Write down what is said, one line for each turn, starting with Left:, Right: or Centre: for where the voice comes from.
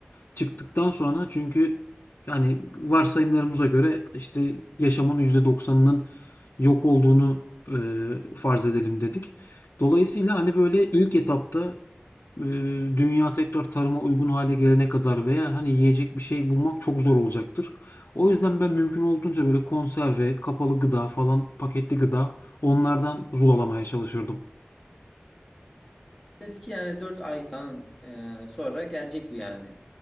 Left: çıktıktan sonra çünkü yani varsayımlarımıza göre işte yaşamın yüzde doksanının yok olduğunu eee, farz edelim dedik. Dolayısıyla hani böyle ilk etapta eee, dünya tekrar tarıma uygun hale gelene kadar veya hani yiyecek bir şey bulmak çok zor olacaktır. O yüzden ben mümkün olduğunca böyle konserve, kapalı gıda falan, paketli gıda onlardan zulalamaya çalışırdım.
Centre: Eski yani 4 ay falan e, sonra gelecek bu yani.